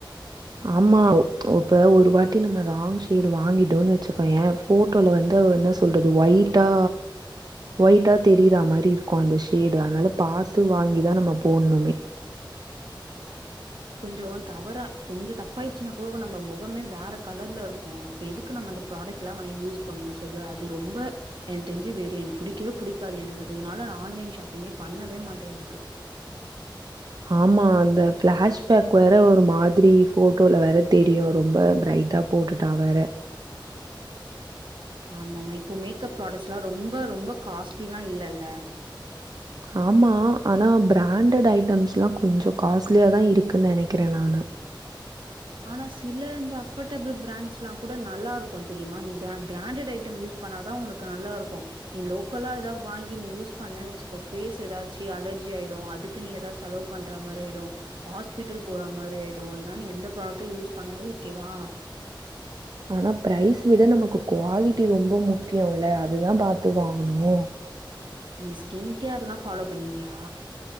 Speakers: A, on the right; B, on the right.
A: ஆமா இப்ப ஒரு வாட்டி நம்ம ராங் ஷேடு வாங்கிட்டோன்னு வெச்சுக்கோயே ஃபோட்டோல வந்து என்ன சொல்றது ஒயிட்டா ஒயிட்டா தெரியறா மாரி இருக்கு அந்த ஷேடு அதனால பாத்து வாங்கிதா நம்ம போடணுமே
B: கொஞ்சோ தவறா கொஞ்சம் தப்பாயிடுச்சுன்னா கூட நம்ம மொகமே வேற கலர்லருக்கு அப்ப எதுக்கு நம்ம அந்த ப்ராடக்டெல்லா வாங்கி யூஸ் பண்ணு சொல்லு அது ரொம்ப எனக்கு தெரிஞ்சு வேறு என புடிக்கவே புடிக்காது எனக்கு அதுனால நா ஆன்லைன் ஷாப்பிங்கே பண்ணவே மாட்டே எனக்கு
A: ஆமா அந்த பிளாஷ்பேக் வேற ஒரு மாதிரி போட்டோல வேற தெரியு ரொம்ப ப்ரைட்டா போட்டுட்டா வேற
B: ஆம ஆமா இப்போ மேக்கப் ப்ராடேக்ட்ஸல்லாம் ரொம்ப ரொம்ப காஸ்ட்லிலா இல்லல்ல
A: ஆமா ஆனா பிராண்டட் ஐட்டம்ஸ்ல்லா கொஞ்சோ காஸ்ட்லியா தா இருக்குன் நெனைக்கிறே நானு
B: ஆனா சில இந்த அஃபர்டபிள் பிராண்ட்ஸெல்லா கூட நல்லாருக்கு தெரியுமா நீ ப்ராண்டட் ஐட்டம் யூஸ் பண்ணாதா உனக்கு நல்லாருக்கு நீ லோக்கலா ஏதாவது வாங்கி நீ யூஸ் பண்ண வெச்சிக்கோ பேஸ் ஏதாச்சு அலர்ஜி ஆயிடு அதுக்கு நீ ஏதாவது செலவு பண்ற மாரி ஆயிடு ஹாஸ்பிட்டல் போற மாரி ஆயிடு அதனால நீ எந்த ப்ராடக் யூஸ் பண்ணத ஓகேவா
A: ஆனா ப்ரைஸ் விட நமக்கு குவாலிட்டி ரொம்ப முக்கியோல்ல அதுதா பாத்து வாங்கணு
B: நீ ஸ்கின் கேர்ல்லாம் ஃபாலோ பண்ணவியா